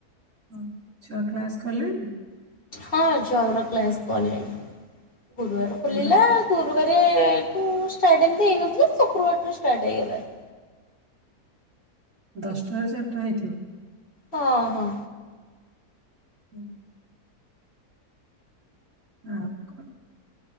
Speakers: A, on the right; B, on the left.
A: ହଁ ଛୁଆ କ୍ଲାସ କଲେଣି?
B: ହଁ ଛୁଆ ଆମରକ୍ଲାସ କଲେଣି। ଗୁରୁବାର ଖୋଲିଲା।
A: ଦ
B: ଗୁରୁବାରେ ଠୁ ଷ୍ଟାର୍ଟ ହେଇତନଥିଲା ଶୁକ୍ରବାର ଠୁ ଷ୍ଟାର୍ଟ ହେଇଗଲାଣି।
A: ଦଶଟାରୁ ଚାରିଟା ହେଇଥିବ?
B: ହଁ ହଁ।
A: ହୁଁ। ଆଉ କଣ?